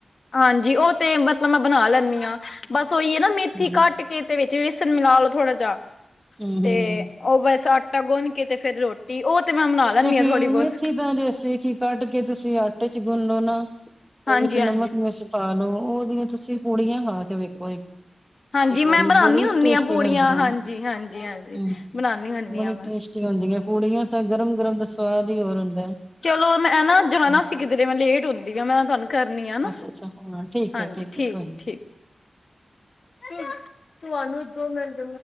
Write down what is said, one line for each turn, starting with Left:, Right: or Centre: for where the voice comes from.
Left: ਹਾਂਜੀ, ਓ ਤੇ ਮਤਲਬ ਮੈਂ ਬਣਾ ਲੈਂਨੀ ਆਂ। ਬਸ ਓਈ ਐ ਨਾ ਮੇਥੀ
Centre: ਹਮ
Left: ਕੱਟ ਕੇ ਤੇ ਵਿੱਚ ਵੇਸਣ ਮਿਲਾ ਲਓ ਥੋੜਾ ਜਾ।
Centre: ਹਮ
Left: ਤੇ
Centre: ਹਮ
Left: ਓ ਬਸ ਆਟਾ ਗੁੰਨ ਕੇ ਤੇ ਫੇਰ ਰੋ ਨੀ ਓ ਤੇ ਮੈਂ ਬਣਾ
Centre: ਜਿਸ
Left: ਲੈਂਦੀ
Centre: ਤਰਾਂ
Left: ਹਾਂ
Centre: ਕਿ
Left: ਥੋੜ੍ਹੀ ਬਹੁਤ
Centre: ਮੇਥੀ ਦਾ ਜੈਸੇ ਕਿ ਕੱਟ ਕੇ ਤੁਸੀਂ ਆਟੇ ਚ ਗੁੰਨ ਲੋ ਨਾ, ਤੇ
Left: ਹਾਂਜੀ
Centre: ਵਿੱਚ ਨਮਕ
Left: ਹਾਂਜੀ
Centre: ਮਿਰਚ ਪਾ ਲਓ ਓਦੀਆਂ ਤੁਸੀਂ ਪੂੜੀਆਂ ਖਾ ਕੇ ਵੇਖੋ ਇੱਕ
Left: ਹਾਂਜੀ
Centre: ਇੱਕ
Left: ਮੈਂ
Centre: ਵਾਰੀ
Left: ਬਣਾਉਦੀ
Centre: ਬੜੀ
Left: ਹੁੰਦੀ
Centre: ਟੇਸਟੀ
Left: ਹਾਂ ਪੂੜੀਆਂ
Centre: ਬਣਦੀਆਂ
Left: ਹਾਂਜੀ
Centre: ਨੇ,
Left: ਹਾਂਜੀ ਹਾਂਜੀ
Centre: ਹੂੰ
Left: ਬਣਾਉਦੀ ਹੁੰਦੀ
Centre: ਬੜੀ
Left: ਹਾਂ ਮੈਂ
Centre: ਟੇਸਟੀ ਹੁੰਦੀਆਂ ਪੂੜੀਆਂ ਤਾਂ ਗਰਮ-ਗਰਮ ਦਾ ਸਵਾਦ ਈ ਹੋਰ ਹੁੰਦਾ।
Left: ਚਲੋ ਮੈਂ ਨਾ
Centre: ਹੈ।
Left: ਜਾਣਾ ਸੀ ਕਿਧਰੇ, ਮੈਂ ਲੇਟ ਹੁੰਦੀ ਪਈ ਆ ਮੈਂ ਨਾ ਤੁਆਨੂੰ ਕਰਨੀ ਆ ਹਨਾ
Centre: ਅੱਛਾ ਅੱਛਾ ਹਾਂ ਠੀਕ
Left: ਹਾਂਜੀ
Centre: ਹੈ ਠੀਕ
Left: ਠੀਕ-ਠੀਕ।
Centre: ਹੈ ਕੋਈ ਨੀ।
Left: ਤੂੰ ਤੁਆਨੂੰ ਦੋ ਮਿੰਟ